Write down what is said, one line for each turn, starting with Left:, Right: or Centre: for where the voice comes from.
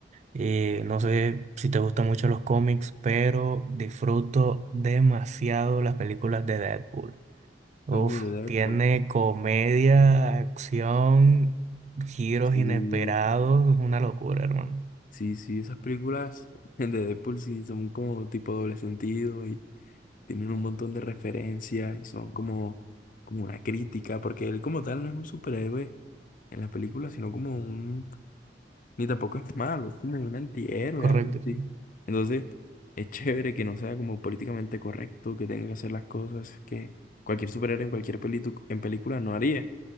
Right: eh, no sé si te gustan mucho los cómics, pero disfruto demasiado las películas de Deadpool. Uf,
Left: Tú, de Deadpool.
Right: tiene comedia, acción, giros
Left: Sí,
Right: inesperados, es una locura, hermano.
Left: sí, sí, esas películas <laughs> de Deadpool sí son como tipo doble sentido y tienen un montón de referencias y son como, como una crítica, porque él como tal no es un superhéroe en la película, sino como un, ni tampoco es malo, es como un antihéroe,
Right: Correcto,
Left: algo así.
Right: sí.
Left: Entonces, es chévere que no sea como políticamente correcto, que tenga que hacer las cosas que cualquier superhéroe en cualquier pelitu- en película no haría.